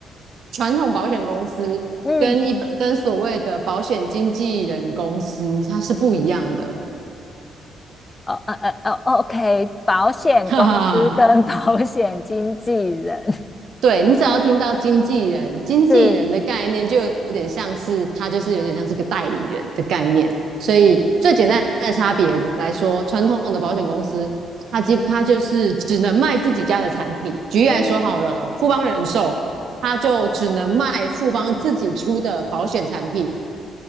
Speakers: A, on the right; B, on the left.
A: 传统保险公司跟一般跟所谓的保险经纪人公司它是不一样的，
B: 嗯，哦呃呃哦，OK，保险公司跟
A: <laughs> 哈哈哈。
B: <laughs> 保险经纪人
A: 对你只要听到经纪人，经纪人的概念就有点像是他就是有点像是个代理人的概念，
B: 是，
A: 所以最简单的差别来说，传统的保险公司它基它就是只能卖自己家的产品。举例来说好了，
B: 嗯
A: 富邦人寿它就只能卖富邦自己出的保险产品，